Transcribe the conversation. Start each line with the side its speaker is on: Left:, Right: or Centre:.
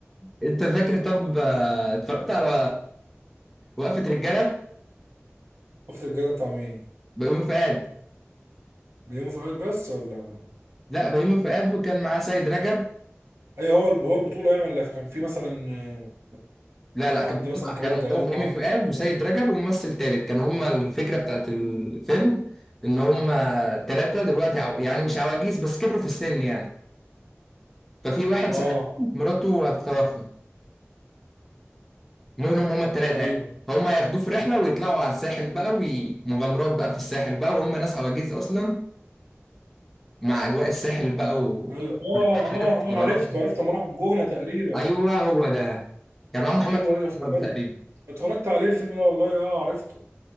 Centre: انت فاكر طب آه، اتفرجت على وقفة رجالة
Right: شفت الجدع بتاع مين
Centre: بيومي فؤاد
Right: بيومي فؤاد بس ولا
Centre: لا بيومي فؤاد وكان معاه سيد رجب
Right: اي هو هو البطولة يعني ولا كان في مثلا آه،
Centre: لا
Right: في
Centre: لا
Right: حد
Centre: كان
Right: مثلا كريم
Centre: كان
Right: عبد العزيز
Centre: هو هيمي
Right: معاه بطولة
Centre: فؤاد
Right: ولا
Centre: وسيد
Right: إيه؟
Centre: رجب وممثل تالت كان هما الفكرة بتاعت الفيلم ان هما تلاتة دلوقتي عو... يعني مش عواجيز بس كبروا في السن يعني ففي واحد
Right: اه
Centre: صاحبهم مراته هتتوفى منهم هما التلاتة
Right: ايوه
Centre: يعني فهم هياخدوه في رحلة ويطلعوا على الساحل بقى ومغامرات بقى في الساحل بقى وهم ناس عواجيز أصلا مع أجواء الساحل بقى و...
Right: ايوه اه
Centre: <laughs>
Right: اه اه عرفته عرفته لما راحوا الجونة تقريبا
Centre: أيوه هو ده كان معاه محمد
Right: ايوه ايوه افتكرت
Centre: برضه تقريبا
Right: اتفرجت عليه الفيلم ده والله اه عرفته